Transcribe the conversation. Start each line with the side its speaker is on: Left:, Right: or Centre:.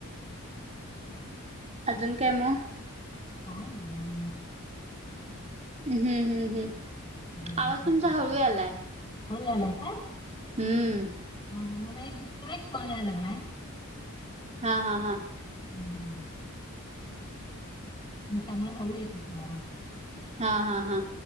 Right: अजून काय मग?
Left: काय नाही <unintelligible>
Right: हम्म -हम्म -हम्म- हम्म.
Left: <unintelligible>
Right: आवाज तुमचा हळू यालाय
Left: हळू यालाय काय?
Right: हम्म...
Left: हा मला एक दुसरा एक कॉल याय लागलाय.
Right: हा- हा- हा.
Left: हम्म मग त्यामुळ हळू येत असलं आवाज.
Right: हा -हा -हा.